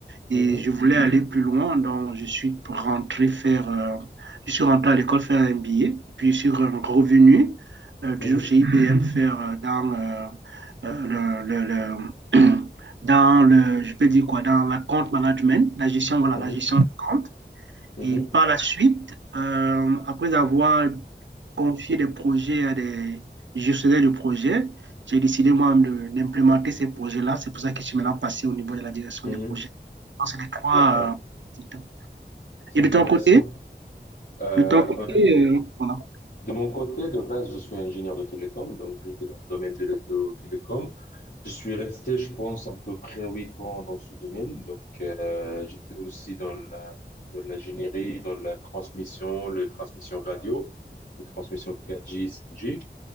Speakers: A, on the right; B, on the left.
A: et
B: Mhm.
A: je voulais aller plus loin. Donc, je suis rentré faire, euh, je suis rentré à l'école faire un billet, et puis je suis revenu, euh,
B: Mhm.
A: toujours chez IBM, faire euh, dans euh, euh, le, le, le <clears throat> dans le, je peux dire quoi, dans la compte management, la gestion, voilà,
B: Oui.
A: la gestion de compte.
B: Mhm.
A: Et par la suite, euh, après avoir confié des projets à des gestionnaires de projets, j'ai décidé moi-même de- d'implémenter ces projets-là. C'est pour ça que je suis maintenant passé au niveau de la direction
B: Mhm.
A: des projets. Donc, c'est les trois.
B: D'accord.
A: euh, étapes.
B: C'est
A: et
B: intéressant.
A: de ton côté,
B: Euh,
A: de ton côté, euh, voilà.
B: De mon côté, de base, je suis ingénieur de télécom, donc j'étais dans le domaine de, de télécom. Je suis resté, je pense, à peu près huit ans dans ce domaine. Donc, euh, j'étais aussi dans la, dans l'ingénierie, dans la transmission, les transmissions radio, les transmissions 4G, 5G.